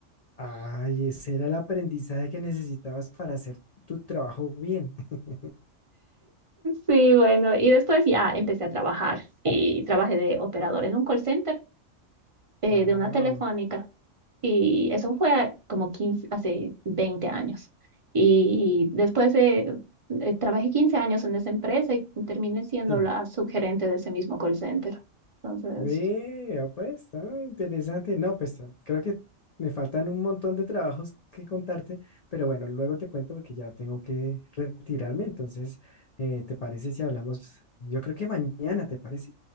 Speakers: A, on the left (about 55°); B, on the right (about 40°).
A: Ay, ese era el aprendizaje que necesitabas para hacer tu trabajo bien. <laughs>
B: Sí, bueno, y después ya empecé a trabajar y trabajé de operador en un call center, eh,
A: Wow,
B: de una telefónica. Y eso fue a- como 15 hace 20 años. Y después de, eh, trabajé 15 años en esa empresa y terminé siendo
A: sí.
B: la subgerente de ese mismo call center. Entonces,
A: Vea, pues, ah, interesante. No, pues ah, creo que me faltan un montón de trabajos que contarte, pero bueno, luego te cuento porque ya tengo que retirarme. Entonces, eh, ¿te parece si hablamos? Yo creo que mañana, ¿te parece?